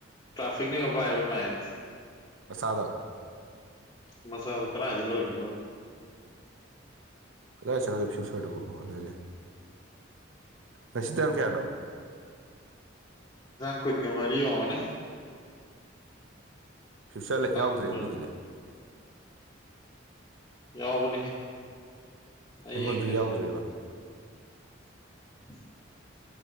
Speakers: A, on the left; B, on the right.
A: ꯇ꯭ꯔꯥꯐꯤꯛꯅꯦꯒ ꯄꯥꯏꯕ ꯃꯥꯏꯌꯦꯞꯇꯣ
B: ꯃꯁꯥꯗ
A: ꯃꯆꯥꯗꯣ ꯀꯥꯏꯗꯩ ꯂꯧꯔꯤꯅꯣ ꯈꯪꯗꯦ
B: ꯀꯗꯥꯥꯏ ꯆꯪꯉꯒꯦ ꯐꯁ ꯀꯗꯨꯕꯨ ꯑꯥ ꯂꯩꯔꯦ ꯂꯩꯔꯦ ꯉꯁꯤ ꯇꯥꯡ ꯀꯌꯥꯅꯣ
A: ꯀꯨꯟꯒ ꯃꯔꯤ ꯉꯥꯎꯔꯝꯅꯤ
B: ꯐ꯭ꯌꯨꯆꯔ
A: ꯇꯥꯛ
B: ꯌꯥꯎꯗ꯭ꯔꯦꯅꯦ
A: ꯀꯨꯟ ꯃꯔꯤ
B: ꯑꯗꯨꯗꯤ
A: ꯌꯥꯎꯕꯅꯦꯍꯦ ꯑꯩ
B: ꯑꯩꯉꯣꯟꯗ
A: ꯌꯦꯡꯒꯦꯁꯦ
B: ꯌꯥꯎꯗ꯭ꯔꯦꯕ <unintelligible>
A: <inaudible>